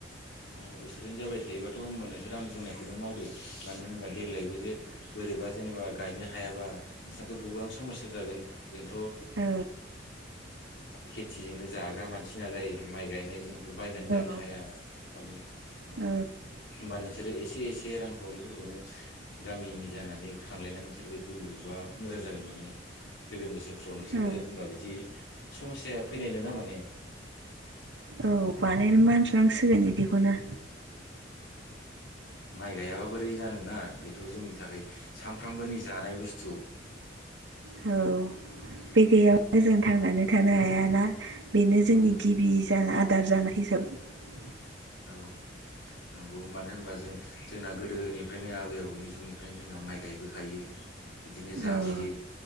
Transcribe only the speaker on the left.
औ बोसोरैनो जाबाय थायोबाथ' होनबा नोंसोर आं बुंनायखौनो मावदो मानो होनबा। देग्लायबो जे बोरैबा जेनेबा गायनो हायाबा नोंसिनाथ' गोबां समस्या जागोन। जोंथ'
खेथिजोंनो जाग्रा मानसि नालाय माइ गायनायजों बायनानै जानो
हाया गावनि
होबा नोंसोरो एसे एसे रांखावरिफोरखौनो गामिनि जानानै खांलायनानै नोंसोर बेखौ लुबा मोजां जागोन माने फोगोन बोसोर स्राव नोंसोरो
होमबा बिदि समस्या फैनाय नोङा माने
माइ गायाबा बोरै जानोना बेथ' जोंनि थाखाय सामफ्रामबोनि जानाय बुस्थु
उम
उम
औ नंगौ मानो होनबा जों जोंना गोदोनिफ्रायनो आबै आबौनि जुगनिफ्रायनो जोंना माइ गायबोखायो बिदिनो जाबोयो